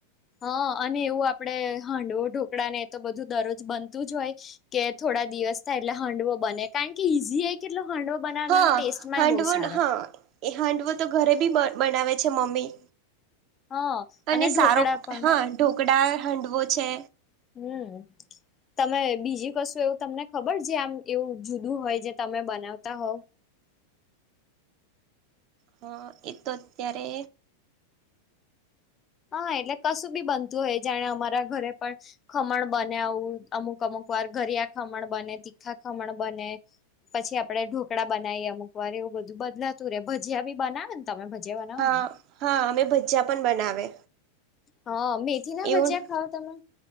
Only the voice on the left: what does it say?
હા અને એવું આપડે હાંડવો ઢોકળા ને એ તો બધું દરરોજ બનતું જ હોય કે થોડા દિવસ થાય એટલે હંડવો બને કારણ કે ઈઝી કેટલો હંડો બનાવાનો
ટેસ્ટ માંય
બહુ સારો
હા
ઢોકળા
પણ
હમ તમે બીજી કશું એવું તમને ખબર જે આમ એવું જુદું હોય જે તમે બનાવતા હોવ
હા એટલે કશું બી બનતું હોય જાણે અમારા ઘરે પણ ખમણ બને આવું અમુક અમુક વાર ઘરિયા ખમણ બને તીખા ખમણ બને પછી આપડે ઢોકળા બનાવીએ અમુક વાર એવું બધું બદલાતું રે ભજીયા બી બનાવે ને તમે ભજીયા બનાવો
ને
હા મેથી ના
ભજયા ખાાવ તમે